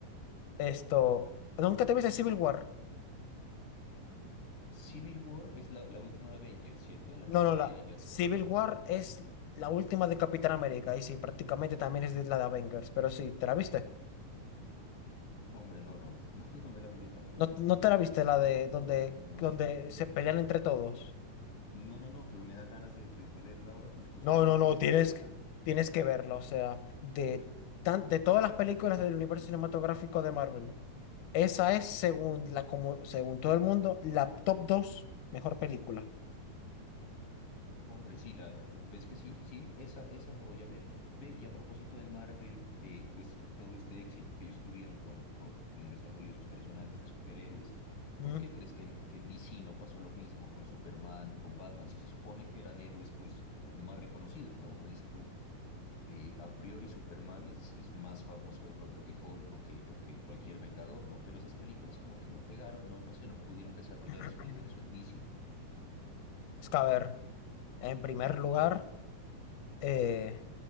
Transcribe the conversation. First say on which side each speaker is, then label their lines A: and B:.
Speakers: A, on the left (about 70°); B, on the left (about 50°).
A: Esto. ¿Nunca te viste Civil War?
B: Civil War es la, la última de Avengers, ¿cierto? En la
A: No,
B: que pelean
A: no, la.
B: ya
A: Civil
B: todos, ¿no?
A: War es la última de Capitán América. Y sí, prácticamente también es de la de Avengers. Pero sí, ¿te la viste?
B: Hombre, no, no, <laughs> no, no me la miré tampoco.
A: No, no te la viste la de donde,
B: No.
A: donde se pelean entre todos.
B: No, no, no, pero me da ganas de, de, de verla ahora, pues justamente,
A: No, no, no,
B: ¿qué
A: tienes,
B: tal? ¿Buena?
A: que- tienes que verla. O sea, de, tan, de todas las películas del universo cinematográfico de Marvel. Esa es, según, la, comu- según todo el mundo, la top 2 mejor película.
B: Hombre, sí, la, ves que sí, sí, esa, esa la voy a ver. Ve, y a propósito de Marvel, eh, pues todo este éxito que ellos tuvieron con, con el desarrollo de sus personajes de superhéroes,
A: Mm.
B: ¿por qué crees que en, que en DC no pasó lo mismo con Superman, con Batman? Si se supone que eran héroes, pues, más reconocidos, ¿no? Uno dice, pues, eh, a priori Superman es, es más famoso de pronto que Hulk o que, o que cualquier Vengador, ¿no? Pero esas películas como que no pegaron, no, no sé, no pudieron desarrollar
A: <clears throat>
B: ese universo en DC.
A: Es que, a ver, en primer lugar, eh,